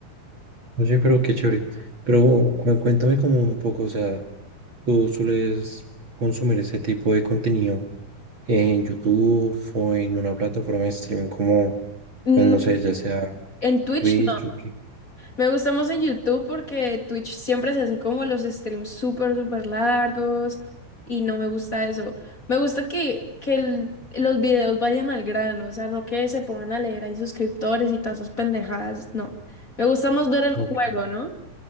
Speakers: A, on the right; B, on the left.
A: Oye, pero qué chévere. Pero cu- cuéntame como un poco, o sea, ¿tú sueles consumir ese tipo de contenido en YouTube o en una plataforma de streaming como,
B: Mm,
A: pues no sé, ya sea
B: En Twitch.
A: Twitch o qué?
B: Me gusta más en YouTube porque Twitch siempre se hacen como los streams súper, súper largos y no me gusta eso. Me gusta que, que el- los videos vayan al grano, o sea, no que se pongan a leer ahí suscriptores y todas esas pendejadas, no. Me gusta más ver el
A: Ok.
B: juego, ¿no?